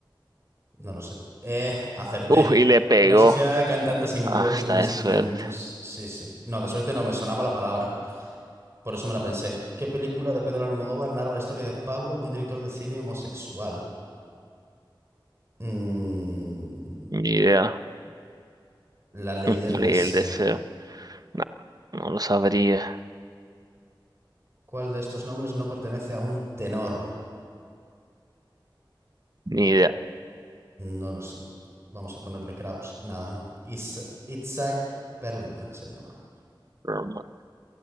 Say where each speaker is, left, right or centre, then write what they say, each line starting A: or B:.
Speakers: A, on the right (about 30°); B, on the right (about 50°).
A: no lo sé. Eh, acerté.
B: Uf, y le pegó.
A: Una sociedad de cantantes en
B: Ah,
A: coro sin
B: está
A: instrumentos.
B: de suerte.
A: Sí, sí. No, de suerte no, me sonaba la palabra. Por eso me la pensé. ¿Qué película de Pedro Almodóvar narra la historia de Pablo, un director de cine homosexual? Mm,
B: Ni idea.
A: La ley
B: Mm,
A: del
B: No Leí
A: deseo.
B: el deseo. No, no lo sabría.
A: ¿Cuál de estos nombres no pertenece a un tenor?
B: Ni idea.
A: No lo sé. Vamos a ponerle Kraus. Nada, no. Is- Isaac Perlman se llama.
B: Romano.